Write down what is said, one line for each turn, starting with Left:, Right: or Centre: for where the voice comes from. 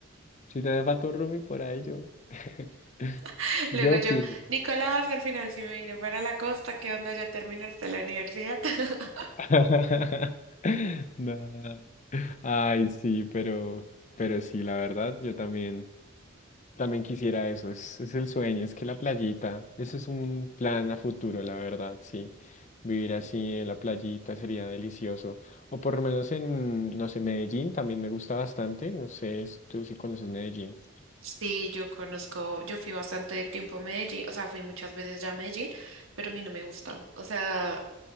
Left: Si te hace falta un roomie, por ahí yo. <laughs>
Right: <laughs>
Left: Yo
Right: Luego yo,
Left: firme.
Right: Nicolás, al final sí me vine para la costa, ¿qué onda? ¿Ya terminaste la universidad? <laughs>
Left: <laughs> No. Ay, sí, pero, pero sí, la verdad, yo también, también quisiera eso. Es, es el sueño, es que la playita, ese es un plan a futuro, la verdad, sí. Vivir así en la playita sería delicioso. O por lo menos en, no sé, Medellín también me gusta bastante. No sé, tú si conoces Medellín.
Right: Sí, yo conozco, yo fui bastante tiempo a Medellín, o sea, fui muchas veces ya a Medellín, pero a mí no me gusta, o sea,